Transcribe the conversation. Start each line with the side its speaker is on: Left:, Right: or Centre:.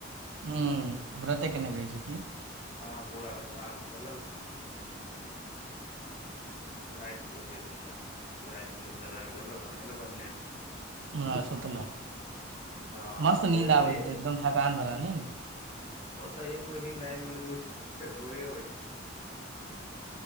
Right: हूँ व्रते केने रहै छै की
Left: हाँ पूरा फलहार चलल रातिक होइ छै भोजन राइतकऽ लोग दबाकऽ देलक बनेलक अपने से
Right: हाँ आ सुतलक
Left: हँ
Right: मस्त
Left: फेर
Right: निंद आबैत
Left: ए
Right: हेतै एकदम थकान वला निंद
Left: ओतऽ एक बेर नीन्द आइब गेलै तऽ ओ भोरे होइ छै